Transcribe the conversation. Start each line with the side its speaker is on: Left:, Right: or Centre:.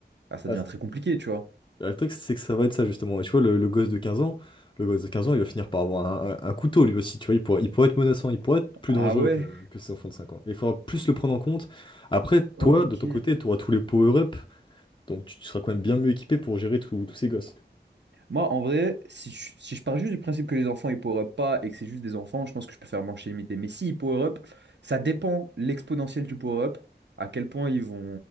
Right: ah, ça
Left: Ah,
Right: devient
Left: c'est-
Right: très compliqué, tu vois.
Left: Le truc, c'est que ça va être ça, justement. Et tu vois, le, le gosse de 15 ans, le gosse de 15 ans, il va finir par avoir un, un- un couteau, lui aussi. Tu vois, il pourra, il pourra être menaçant, il pourra être plus
Right: Ah
Left: dangereux
Right: ouais,
Left: que, que ses enfants de 5 ans. Il faudra plus le prendre en compte. Après, toi,
Right: ok.
Left: de ton côté, tu auras tous les power-up, donc tu, tu seras quand même bien mieux équipé pour gérer tous tous ces gosses.
Right: Moi, en vrai, si je, si je pars juste du principe que les enfants ils power up pas et que c'est juste des enfants, je pense que je peux faire manche illimitée. Mais si ils power up, ça dépend l'exponentielle du power up, à quel point ils vont,